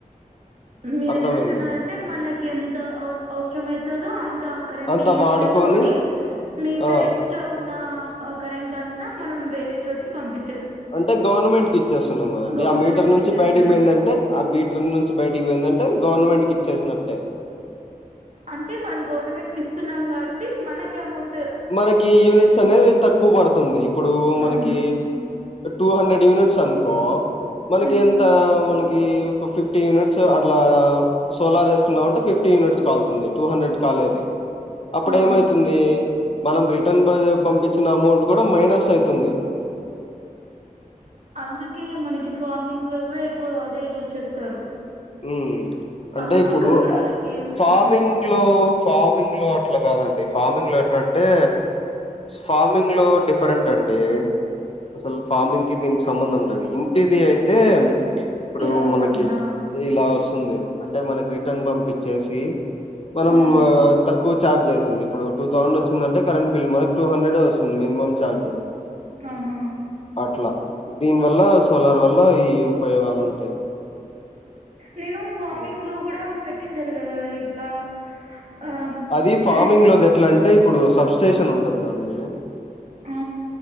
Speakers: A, on the right; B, on the left.
A: మీరేమంటున్నారంటే
B: అర్థమైందా అండి
A: మనకి ఎంత అవసరమయితే అంత కరెంట్
B: అంత
A: ని యూజ్
B: వాడుకొని
A: చేసుకొని మిగతా
B: ఆ
A: ఎక్స్ట్రా ఉన్న ఆ కరెంట్ అంతా మనం వేరే చోటికి పంపి
B: అంటే గవర్నమెంట్ కి ఇచ్చేస్తున్నాము కాదండీ
A: గవర్నమెంట్కి
B: ఆ మీటర్ నుంచి
A: ఇచ్చేస్తున్నాం
B: బయటికి పోయిందంటే ఆ మీటర్ నుంచి బయటకి పోయిందంటే గవర్నమెంట్ కీ ఇచ్చేసినట్టే
A: అంటే మనం గవర్నమెంట్ కీ ఇస్తున్నాం కాబట్టి మనకి అమౌంట్
B: మనకి యూనిట్స్ అనేది తక్కువ పడుతుంది ఇప్పుడు మనకి
A: అవును
B: టూ హండ్రెడ్ యూనిట్ సనుకో మనకి
A: మ్మ్
B: ఎంత మనకి ఒక ఫిఫ్టీ యూనిట్స్ అట్లా సోలార్ వేసుకున్నామంటే ఫిఫ్టీ యూనిట్స్ కాలుతుంది టూ హన్ డ్రెడ్ కాలేది అప్పుడు
A: ఆ
B: ఏమైతుంది మనం రిటర్న్ పంపించిన అమౌంట్ కూడా మైనస్ ఐతుంది
A: అందుకే మనకి ఫార్మింగ్ లో కూడా ఎక్కువ అదే యూజ్ చేస్తారు
B: మ్ అంటే
A: ఆ
B: ఇప్పుడు
A: అక్కడ కూడా వాళ్ళకి
B: ఫార్మింగ్
A: వస్తాయి కాబట్టి
B: లో ఫార్మింగ్ లో అట్లా కాదండి ఫార్మింగ్ లో ఎట్లా అంటే ఫార్మింగ్ లో డిఫరెంట్ అండి అసలు ఫార్మింగ్ కి దీనికి సంబంధం లేదు ఇంటిది అయితే ఇప్పుడు
A: ఇలా వస్తుందా
B: మనకి ఇలా వస్తుంది అంటే మనకి రిటర్న్ పంపించేసి మనం
A: ఆ
B: తక్కువ చార్జ్ ఐతుంది ఇప్పుడు టూ థౌజండ్ వచ్చిందంటే కరెంట్ బిల్ మనకి టూ హండ్రెడ్ వస్తుంది మినిమమ్ చార్జ్
A: ఆహా
B: అట్లా దీని వల్ల సోలార్ వల్ల ఈ ఉపయోగాలు ఉంటాయి
A: నేను ఫార్మింగ్
B: ఉమ్.
A: లో కూడా పెట్టింటారు కదా ఇట్లా ఆ
B: అది ఫార్మింగ్
A: ఎయిట్
B: లోది ఎట్లాంటే అంటే ఇప్పుడు సబ్ స్టేషన్ ఉంటది కదా అండి
A: ఆ